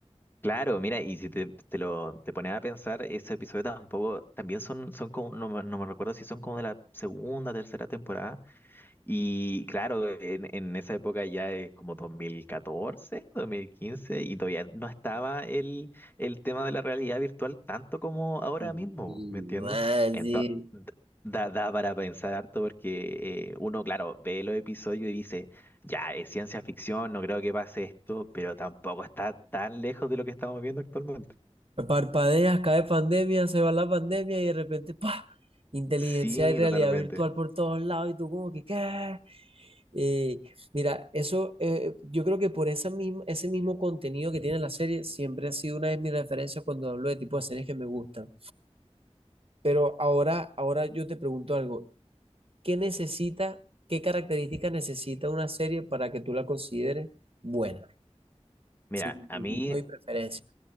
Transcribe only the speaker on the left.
Claro, mira, y si te, te lo te pones a pensar, ese episodio tampoco, también son, son como, no, me no me recuerdo si son como de la segunda, tercera temporada, Y claro, en, en esa época ya es como 2014, 2015, y todavía no estaba el, el tema de la realidad virtual tanto como ahora
mismo, ¿me entiendes?
Entonces,
da, da para pensar harto porque eh, uno, claro, ve los episodios y dice, ya, es ciencia ficción, no creo que pase esto, pero tampoco está tan lejos de lo que estamos viendo actualmente.
Sí,
totalmente.
Mira,
a
mí